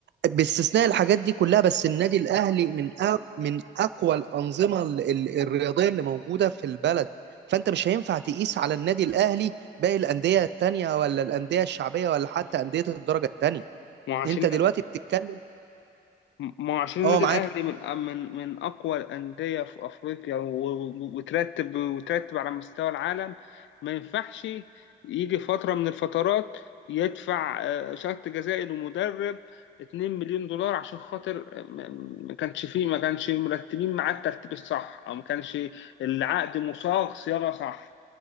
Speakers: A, on the right; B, on the left.
A: باستثناء الحاجات دي كلها بس النادي الاهلي من أق- من اقوى الانظمه ال- ال- الرياضيه اللي موجوده في البلد فانت مش هينفع تقيس على النادي الاهلي باقي الانديه التانيه ولا الانديه الشعبيه ولا حتى انديه الدرجه التانيه
B: وعشان
A: انت دلوقتي بتتكلم
B: ما هو عشان النادي
A: اه معاك
B: الاهلي من من من اقوى الانديه في افريقيا و- و- وترتب وترتب على مستوى العالم ما ينفعش يجي فتره من الفترات يدفع آه، شرط جزائي لمدرب 2 مليون دولار عشان خاطر آه، م- ما كانش فيه ما كانش مرتبين معاه الترتيب الصح او ما كانش العقد مصاغ صياغه صح